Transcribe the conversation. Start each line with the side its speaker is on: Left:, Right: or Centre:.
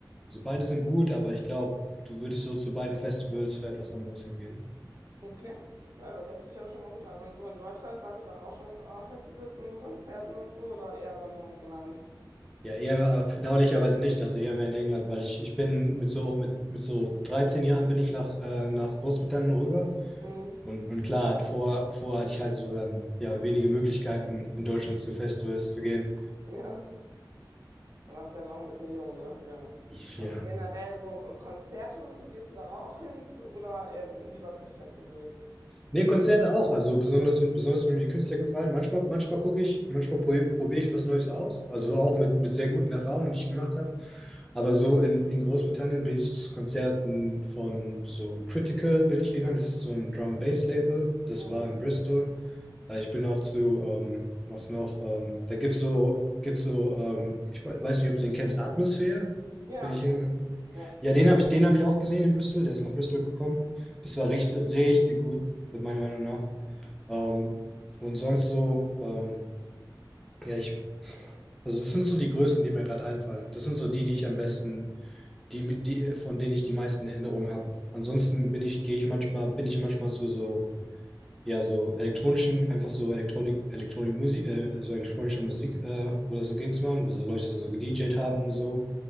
Centre: Also beide sind gut, aber ich glaube, du würdest so zu beiden Festivals für etwas anderes hingehen.
Right: Okay. Ja, das hört sich ja schon mal gut an. Und so in Deutschland warst du da auch schon auf Festivals und Konzerten und so oder eher mehr in England?
Centre: Ja, eher aber bedauerlicherweise nicht, also eher mehr in England, weil ich, ich bin mit so, mit, mit so 13 Jahren bin ich nach, äh, nach Großbritannien rüber.
Right: Mhm.
Centre: Und, und klar, vor, vor hatte ich halt so dann ja wenige Möglichkeiten, in Deutschland zu Festivals zu gehen.
Right: <laughs> Ja. Du warst ja noch ein bisschen jung, ne? Ja.
Centre: Ja.
Right: Und generell so Konzerte und so, gehst du da auch hin zu, oder eher lieber zu Festivals?
Centre: Nee, Konzerte auch. Also besonders, wenn- besonders wenn mir die Künstler gefallen. Manchmal, manchmal gucke ich, manchmal probiere probier ich was Neues aus. Also auch mit, mit sehr guten Erfahrungen, die ich gemacht habe. Aber so in, in Großbritannien bin ich zu Konzerten von so Critical bin ich gegangen. Das ist so ein Drum-Bass-Label. Das
Right: Mhm.
Centre: war in Bristol. Äh, Ich bin auch zu, ähm, was noch, ähm, da gibt's so, gibt's so, ähm, ich we- weiß nicht, ob du den kennst, Atmosphäre.
Right: Ja,
Centre: Bin ich
Right: kenn
Centre: hingegangen.
Right: ich. Ja,
Centre: Ja, den habe ich, den habe ich auch gesehen in Bristol. Der ist nach Bristol gekommen. Das war richtig, richtig gut, meiner Meinung nach. Ähm, und sonst so, ähm, ja, ich, also das sind so die Größen, die mir gerade einfallen. Das sind so die, die ich am besten, die, die, von denen ich die meisten Erinnerungen habe. Ansonsten bin ich, gehe ich manchmal, bin ich manchmal zu so, ja, so elektronischen, einfach so Elektronik, Elektronik Musik, äh, so elektronischer Musik, äh, wo da so Gigs waren, wo so Leute so gedjed haben und so,